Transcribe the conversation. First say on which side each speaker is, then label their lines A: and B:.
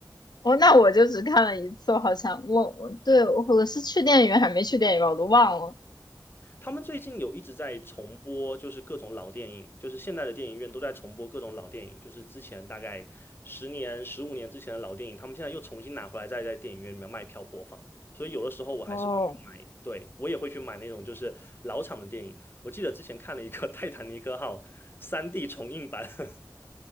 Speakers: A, on the left; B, on the left.
A: 我那我就只看了一次，我好像我我对我我是去电影院还没去电影院，我都忘了。
B: 他们最近有一直在重播，就是各种老电影，就是现在的电影院都在重播各种老电影，就是之前大概十年、十五年之前的老电影，他们现在又重新拿回来，再在电影院里面卖票播放。所以有的时候我还是会去买，
A: 哦，
B: 对，我也会去买那种就是老厂的电影。我记得之前看了一个《泰坦尼克号》3D 重映版 <laughs>